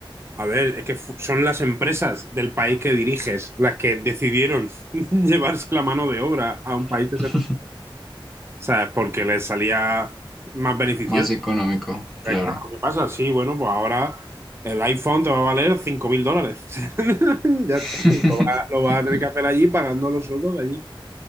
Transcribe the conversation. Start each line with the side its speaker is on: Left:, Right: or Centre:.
Right: a ver, es que fu- son las empresas del país que diriges las que decidieron <laughs> llevarse la mano de obra a un país
Centre: <laughs>
Right: sea, porque les salía más beneficioso.
Centre: Más económico, claro.
Right: Pues claro, ¿qué pasa? Sí, bueno, pues ahora el iPhone te va a valer 5.000 dólares. <laughs> Ya
Centre: <laughs>
Right: está, pues lo va- lo vas a tener que hacer allí pagando los sueldos de allí.